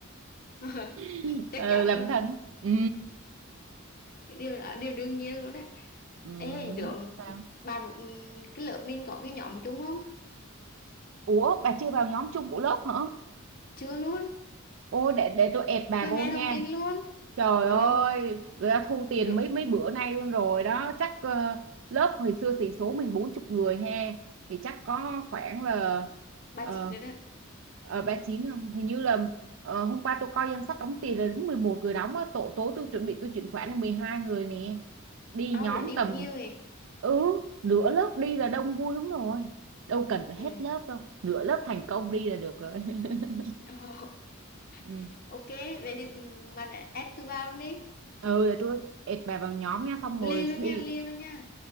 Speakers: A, on the left; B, on the right.
A: <laughs>
B: <laughs>
A: chắc
B: ừ,
A: chắn
B: làm
A: rồi
B: thân ừ.
A: điều là điều đương nhiên luôn đấy
B: Ừ.
A: ê rồi
B: Sao?
A: bạn ừm, cái lớp mình có cái nhóm chung không
B: Ủa bà chưa vào nhóm chung của lớp hả?
A: chưa luôn
B: Ô để để tôi ẹp bà
A: chưa
B: vô
A: nghe
B: nha
A: thông tin luôn
B: Trời
A: ờ
B: ơi, người ta thu tiền
A: rồi
B: mấy mấy bữa nay luôn rồi đó, chắc ờ, lớp hồi xưa sĩ số mình bốn chục người ha, thì chắc có khoảng là
A: ba
B: ờ,
A: chị nữa đó
B: ờ, ba chín. không? Hình như là ờ, hôm qua tôi coi danh sách đóng tiền là đến 11 người đóng á, tổ tối tôi chuẩn bị tôi chuyển khoản là 12 người nè. Đi
A: ờ
B: nhóm
A: rồi đi
B: tầm
A: cũng nhiều rồi
B: ừ, nửa lớp đi là
A: ừ.
B: đông vui lắm rồi. Đâu cần phải
A: ừ.
B: hết lớp đâu, nửa lớp thành công đi là được rồi. <laughs>
A: <laughs>
B: Ừ,
A: ok vậy thì ừm, bạn add tôi vào luôn đi
B: ừ để tôi ệt bà vào nhóm nha xong
A: liền
B: rồi
A: luôn
B: đi
A: nha liền luôn nha